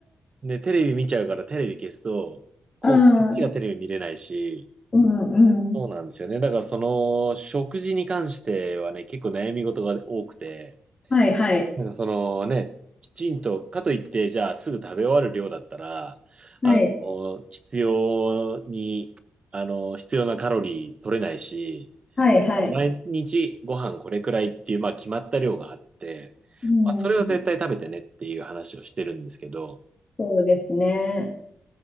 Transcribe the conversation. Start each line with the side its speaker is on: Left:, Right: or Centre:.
Right: で、テレビ見ちゃうからテレビ消すと、今度こっちがテレビ見れないし、
Left: ああ、うん、うん。
Right: そうなんですよね。だからその食事に関してはね、結構悩み事が多くて、
Left: はい、はい。
Right: なんかそのね、きちんと、かといってじゃあすぐ食べ終わる量だったら、
Left: はい、
Right: あの、必要に、あの、必要なカロリー取れないし、
Left: はい、はい。
Right: 毎日ご飯これくらいっていう、まあ、決まった量があって、
Left: うん。
Right: まあ、それは絶対食べてねっていう話をしてるんですけど、
Left: そうですね。